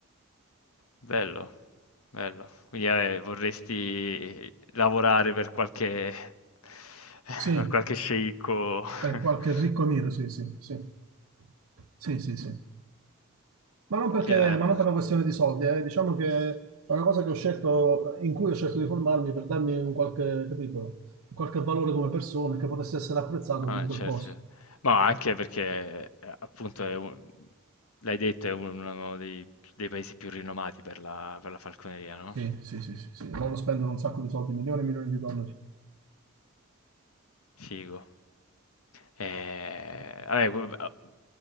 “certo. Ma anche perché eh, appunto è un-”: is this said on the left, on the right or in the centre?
Left